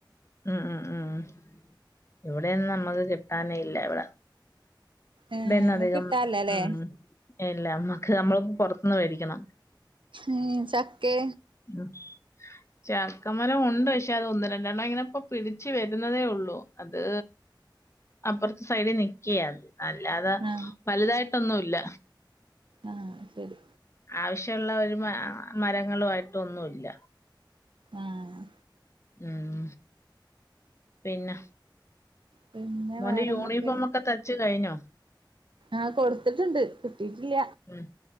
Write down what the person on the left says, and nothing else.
ഉം ഇവിടെയൊന്നും നമ്മക്ക് കിട്ടാനില്ല ഇവിടെ.
ഇതെന്നെ
അധികം
ഉം എല്ലാം നമ്മക്ക് നമ്മള് പൊറത്ത്ന്ന് വേടിക്കണം
ആഹ് ചക്കമരം ഉണ്ട് പക്ഷെ അത് ഒന്ന് രണ്ടെണ്ണം ഇങ്ങനെ ഇപ്പ പിടിച്ചു വരുന്നതേ ഉള്ളൂ അത് അപ്പറത്തെ സൈഡി നിക്ക്യാത് അല്ലാത
വലുതായിട്ടൊന്നുല്ല.
ആവശ്യള്ള ഒരു മരങ്ങൽ ആയിട്ടൊന്നുല്ല
ഉം പിന്നെ
മോന്റെ
യൂണിഫോം ഒക്കെ തച്ച് കഴിഞ്ഞോ?
ഉം